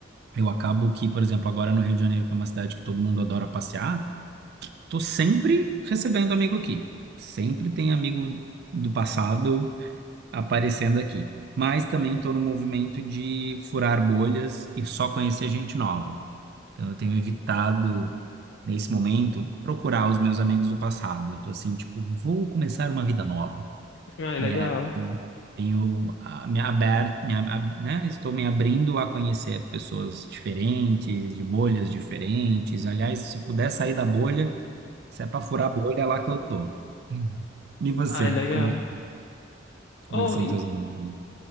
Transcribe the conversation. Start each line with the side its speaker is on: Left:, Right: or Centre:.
Right: eu acabo que, por exemplo, agora no Rio de Janeiro, que é uma cidade que todo mundo adora passear, tô sempre recebendo amigo aqui. Sempre tem amigo do passado aparecendo aqui. Mas também estou no movimento de furar bolhas e só conhecer gente nova. Então, eu tenho evitado, nesse momento, procurar os meus amigos do passado. Eu estou assim, tipo, vou começar uma vida nova.
Left: Ai,
Right: E
Left: legal.
Right: aí, tenho ah, me aberto, me, ab- ab- né? Estou me abrindo a conhecer pessoas diferentes, de bolhas diferentes. Aliás, se puder sair da bolha, se é para furar a bolha, é lá que eu tô. Uhum. E você?
Left: Ai, legal.
Right: Como, é,
Left: Oh,
Right: como é que são teus amigos? aí?